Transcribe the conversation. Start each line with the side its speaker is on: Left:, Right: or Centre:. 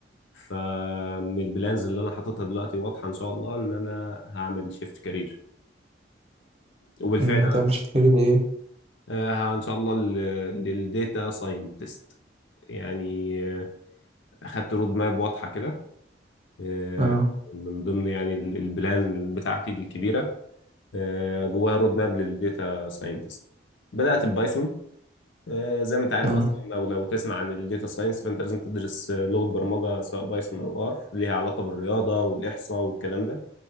Left: فمن البلانز اللي أنا حاططها دلوقتي واضحة إن شاء الله إن أنا هعمل شيفت كارير وبالفعل
Right: مم، ما تعملش تجاري لإيه؟
Left: آه، ان شاء الله للديتا ساينتست يعني آه، اخدت رود ماب واضحه كده آه،
Right: آه،
Left: من ضمن يعني ال- البلان بتاعتي الكبيره آه، جواها رود ماب للديتا ساينتست بدات ببايثون آه، زي ما انت عارف
Right: آه،
Left: اصلا لو لو تسمع عن الديتا ساينس فانت لازم تدرس آه، لغه برمجه سواء بايثون او ار ليها علاقه بالرياضه والاحصاء والكلام ده